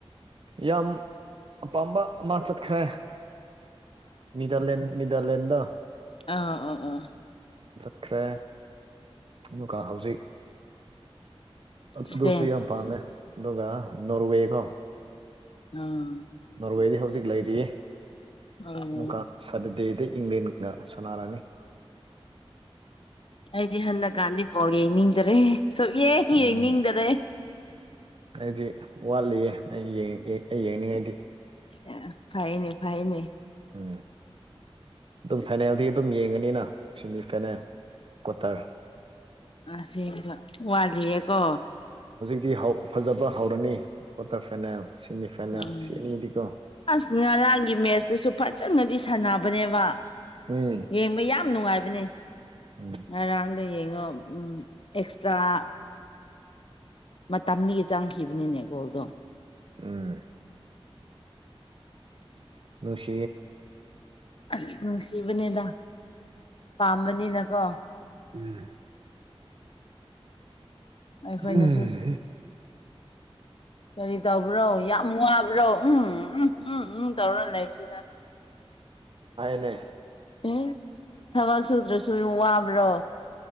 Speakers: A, on the right (about 60°); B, on the left (about 60°).
A: ꯌꯥꯝ ꯑꯄꯥꯝꯕ ꯑꯃ ꯆꯠꯈ꯭ꯔꯦ ꯅꯤꯗꯔꯂꯦꯟ ꯅꯤꯗꯔꯂꯦꯟꯗ
B: ꯑ ꯑꯥ ꯑꯥ
A: ꯠꯈ꯭ꯔꯦ ꯑꯗꯨꯒ ꯍꯧꯖꯤꯛ ꯑꯗꯨ-
B: ꯏꯁꯄꯦꯟ
A: ꯑꯗꯨꯁꯨ ꯌꯥꯝ ꯄꯥꯝꯃꯦ ꯑꯗꯨꯒ ꯅꯣꯔꯋꯦꯀꯣ
B: ꯎꯝ
A: ꯅꯣꯔꯕꯦꯗꯤ ꯍꯧꯖꯤꯛ ꯂꯩꯔꯤꯌꯦ
B: ꯑꯣ
A: ꯑꯃꯨꯛꯀꯥ ꯁꯇꯗꯦꯗꯤ ꯏꯪꯂꯦꯟꯒ ꯁꯅꯥꯔꯥꯅꯤ
B: ꯑꯩꯗꯤ ꯍꯅꯒꯗꯤ ꯥꯎꯒꯦꯅꯤꯗꯔꯦ ꯁꯨꯛꯌꯦ
A: ꯎꯝ
B: ꯌꯦꯡꯅꯤꯡꯗꯔꯦ
A: ꯑꯩꯗꯤ ꯋꯥꯠꯂꯤꯌꯦ ꯑꯩ ꯑꯩ ꯌꯦꯡꯅꯤꯡꯉꯥꯏꯗꯤ
B: ꯑꯦ ꯐꯥꯏꯅꯦ ꯐꯥꯏꯅꯦ
A: ꯎꯝ ꯑꯗꯨꯝ ꯐꯥꯏꯅꯦꯜꯗꯤ ꯑꯗꯨꯝ ꯌꯦꯡꯉꯅꯤꯅ ꯁꯦꯃꯤ ꯐꯥꯏꯅꯦꯜ ꯀꯨꯇꯥꯔ
B: ꯑꯁꯤꯦꯡꯕ ꯋꯥꯂꯤꯌꯦꯀꯣ
A: ꯗꯤ ꯐꯖꯕ ꯍꯧꯔꯅꯤ ꯀ꯭ꯋꯥꯇꯔ ꯐꯥꯏꯅꯦꯜ ꯁꯤꯃꯤ ꯐꯥꯏꯅꯦꯜ
B: ꯎꯝ
A: ꯁꯤ ꯑꯅꯤꯗꯤꯀꯣ
B: ꯑꯁ ꯉ ꯉꯔꯥꯡꯒꯤ ꯃꯦꯁꯇꯨꯁꯨ ꯐꯖꯅꯗꯤ ꯁꯥꯟꯅꯕꯅꯦꯕ
A: ꯎꯝ
B: ꯌꯦꯡꯕ ꯌꯥꯝ ꯅꯨꯡꯉꯥꯏꯕꯅꯦ
A: ꯎꯝ
B: ꯉꯔꯥꯡꯗꯣ ꯌꯦꯡꯉꯣ ꯑꯦꯛꯁꯇ꯭ꯔꯥ ꯃꯇꯝꯒꯤ ꯆꯪꯈꯤꯕꯅꯤꯅꯦ ꯒꯣꯜꯗꯣ
A: ꯎꯝ <inaudible>
B: ꯑꯁ ꯅꯨꯡꯁꯤꯕꯅꯦꯗ ꯄꯥꯝꯕꯅꯤꯅꯀꯣ
A: ꯎꯝ
B: ꯑꯩꯈꯣꯏꯅꯁꯨ
A: ꯎꯝ
B: ꯀꯔꯤ ꯇꯧꯕ꯭ꯔꯣ ꯌꯥꯝ ꯋꯥꯕ꯭ꯔꯣ ꯎꯝ ꯎꯝ ꯎꯝ ꯎꯝ ꯇꯧꯔ ꯂꯩ ꯀꯅ
A: ꯄ꯭ꯂꯦ
B: ꯑꯦ ꯊꯕꯛ ꯁꯨꯗ꯭ꯔꯁꯨ ꯋꯥꯕ꯭ꯔꯣ